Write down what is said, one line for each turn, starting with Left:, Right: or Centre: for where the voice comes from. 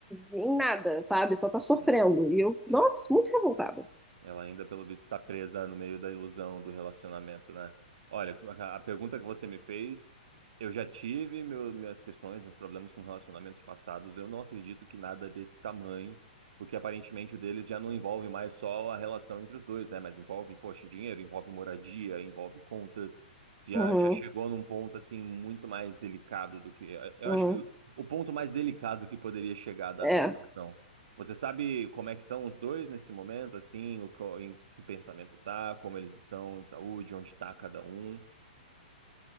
Centre: em nada, sabe? Só tá sofrendo.
Right: Hum,
Centre: E eu,
Right: sim.
Centre: nossa, muito revoltada.
Right: Ela ainda, pelo visto, está presa no meio da ilusão do relacionamento, né? Olha, a a pergunta que você me fez. Eu já tive meu- minhas questões, meus problemas com relacionamentos passados. Eu não acredito que nada desse tamanho, porque aparentemente o deles já não envolve mais só a relação entre os dois, né? Mas envolve, poxa, dinheiro, envolve moradia, envolve contas. Já,
Centre: Uhum,
Right: já chegou num ponto assim muito mais delicado do que. Eu
Centre: uhum.
Right: acho que o, o ponto mais delicado que poderia chegar, dada
Centre: É.
Right: a situação. Você sabe como é que estão os dois nesse momento, assim, o, co- em que pensamento tá, como eles estão em saúde, onde está cada um?